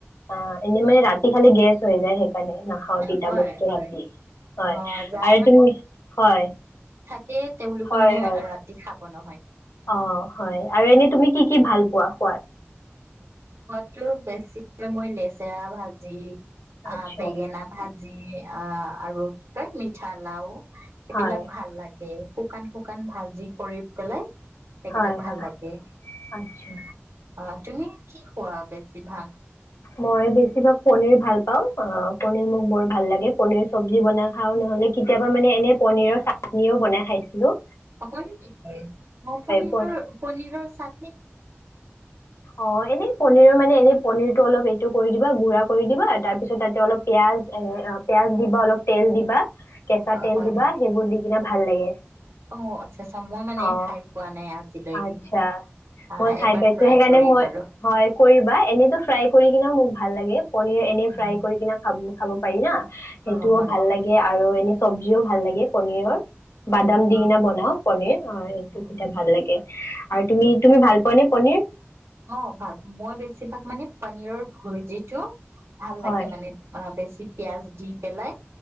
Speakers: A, on the left; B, on the right.
A: অ এনেই মানে ৰাতি খালে গেছ হৈ যায় সেই নাখাও তিতা
B: হয়
A: বস্তু
B: হয়
A: ৰাতি হয়
B: অ', যাৰ
A: আৰু তুমি হয়
B: কে তেওঁলোকে
A: হয়
B: মানে
A: হয়
B: ৰাতি খাব পন
A: অ হয় আৰু এনেই তুমি কি কি ভাল পোৱা খোৱাত
B: খোৱাতটো বেছিকে মই লেচেৰা ভাজি
A: আচ্ছা
B: অ বেঙেনা ভাজি যি অ আৰু কি কয় মিঠা লাও
A: হয়,
B: এইবিলাক ভাল লাগে এ শুকান শুকান ভাজি কৰি পেলাই সেইবিলাক
A: হয়, হয়,
B: ভাল লাগে
A: আচ্ছা।
B: অ তুমি কি খোৱা বেছি ভাগ
A: মই বেছিভাগ পনীৰ ভাল পাও অ পনীৰ মোক বৰ ভাল লাগে পনীৰ চব্জি বনাই খাও নহ'লে কেতিয়াবা মানে এনে পনীৰৰ চাটনিও বনাই খাইছিলো
B: হয় নেকি মই পনীৰৰ
A: প-
B: পনীৰৰ চাত
A: অ এনেই পনীৰৰ মানে এনে পনীৰটো অলপ এইটো কৰি দিবা গুড়া কৰি দিবা তাৰপিছত তাতে অলপ পিয়াঁজ এ পিয়াঁজ দিবা অলপ তেল দিবা কেঁচা তেল
B: হয়
A: দিবা সেইবোৰ দি যা ভাল লাগে
B: অ আচ্ছা আচ্ছা মই মানে
A: অ',
B: খাই পোৱা নাই আজিলৈকে
A: আচ্ছা।
B: আহ
A: মই খাই
B: এবাৰ
A: পাইছো
B: ট্ৰাই
A: সেইকাৰণে
B: কৰিম
A: মই
B: আৰু
A: হয় কৰিবা এনেইতো ফ্ৰাই কৰি কিনে মোক ভাল লাগে পনীৰ এনেই
B: উম,
A: ফ্ৰাই কৰি কিনে খাব খাব পাৰি না সেইটোও
B: অ হয়
A: ভাল লাগে আৰু এনে চবজিও ভাল লাগে পনীৰৰ বাদাম দি
B: অ অ
A: কিনে বনাও পনীৰ অ এইটো
B: অ
A: তেতিয়া ভাল লাগে আৰু তুমি
B: অ অ
A: তুমি ভাল পনীৰ
B: অ ভাল মই বেছিভাগ মানে পনীৰৰ ভূৰ্জিটো। ভাল
A: হয়
B: লাগে মানে অ বেছি পিয়াঁজ দি পেলাই।